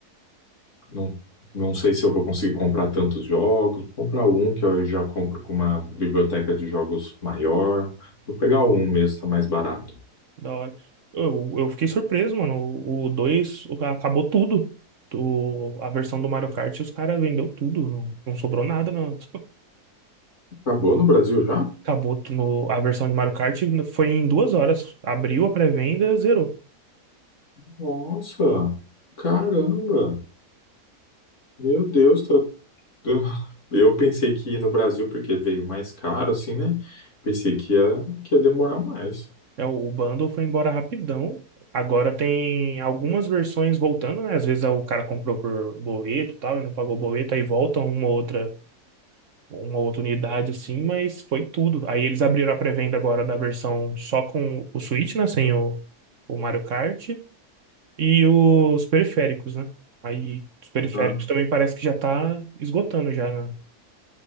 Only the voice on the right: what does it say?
Da hora. Eu, eu fiquei surpreso, mano. O 2 acabou tudo. O- a versão do Mario Kart, os caras vendeu tudo. Não, não sobrou nada, não. <laughs>
Acabou no, a versão de Mario Kart foi em duas horas. Abriu a pré-venda, zerou.
É, o o bundle foi embora rapidão. Agora tem algumas versões voltando, né? Às vezes o cara comprou por boleto e tal, e não pagou o boleto, aí volta uma outra, uma outra unidade assim, mas foi tudo. Aí eles abriram a pré-venda agora da versão só com o Switch, né? Sem o, o Mario Kart e os periféricos, né? Aí os periféricos
também parece que já tá esgotando já na-